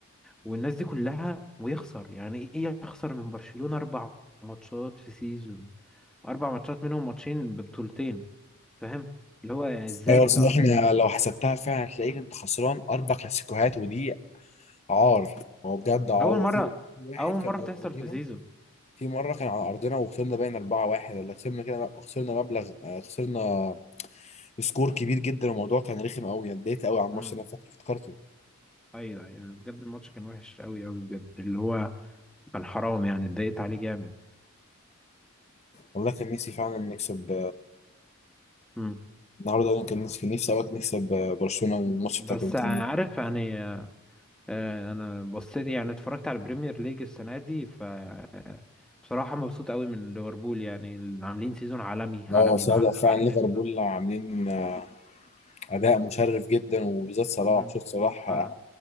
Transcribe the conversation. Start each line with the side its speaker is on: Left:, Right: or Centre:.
Centre: والناس دي كلها ويخسر يعني ايه يخسر من برشلونة اربع ماتشات في سيزون اربع ماتشات منهم ماتشين ببطولتين فاهم اللي هو يعني ازاي
Left: ايوه
Centre: ده
Left: بس احنا
Centre: أص-
Left: لو حسبتها فعلا هتلاقيك انت خسران اربع كلاسيكوهات ودي عار هو بجد عار
Centre: اول مرة
Left: وفي واحد
Centre: اول
Left: كان
Centre: مرة
Left: على
Centre: تحصل
Left: ارضنا
Centre: في سيزون
Left: في مره كان على ارضنا وخسرنا باين 4-1 ولا خسرنا كده خسرنا مبلغ آه، خسرنا سكور كبير جدا الموضوع كان رخم قوي اتضايقت قوي على الماتش
Centre: امم
Left: انا فاكر افتكرته
Centre: ايوه ايوه بجد الماتش كان وحش قوي قوي بجد اللي هو كان حرام يعني اتضايقت عليه جامد
Left: والله كان نفسي فعلا نكسب
Centre: امم
Left: النهارده انا كان نفسي نفسي اوقات نكسب آه، برشلونه الماتش
Centre: بس
Left: بتاع كنت
Centre: عارف يعني آه، انا بصيت يعني اتفرجت على البريمير ليج السنه دي ف آه، بصراحه مبسوط قوي من ليفربول يعني اللي عاملين سيزون عالمي عالمي
Left: اه بس
Centre: مع
Left: لا، فعلا
Centre: ارني
Left: ليفربول
Centre: سلوت
Left: عاملين آه، اداء مشرف جدا وبالذات صلاح
Centre: مم.
Left: شفت صلاح آه،
Centre: مع